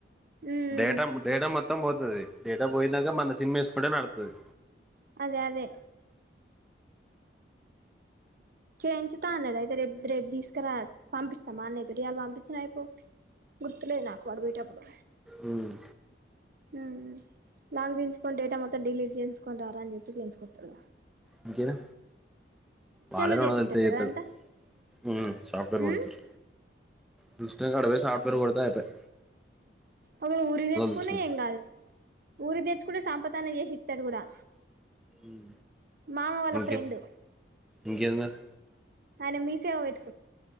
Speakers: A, on the right; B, in the centre.
A: ఉమ్
B: డేటా మ్ డేటా మొత్ మొత్తం పోతది డేటా పోయినాక మన సిమ్ వేసుకుంటే నడుతాది
A: అదే అదే చేయించుతా అన్నాడు అయితే రేపు రేపు తీసుకురా పంపిస్తా మా అన్నయ్య తోటి ఇయాల పంపించానా అయి కో గూర్ గుర్తులేదు నాకు వాడు పోయేటప్పుడు
B: మ్మ్
A: ఉ లాక్ తీయించుకొని డేటా మొత్తం డిలీట్ చేయించుకొని రారా అని చెప్తే చెయించుకోత్తడు
B: ఇంకేనా వాళ్లే
A: లో
B: రెండు
A: చేపిత్తరు
B: వందలు ఇతే చేతాడు
A: కదా అంతా
B: ఉ సాఫ్ట్వేర్ కొడతారు
A: ఉమ్
B: చూశానాక గడువే సాఫ్ట్వేర్ కొడతే అయిపోయి
A: ఒకరు ఊరి తెచ్చుకునే
B: తీసుకుంటరు
A: ఏం కాదు ఊరి తెచ్చుకున్న సంపత్ అన్న చేసి ఇత్తడు కూడా
B: ఉమ్
A: మామ వాళ్ళ
B: ఓకే
A: ఫ్రెండ్
B: ఇంకేం మరి
A: అయన మీసేవ పెట్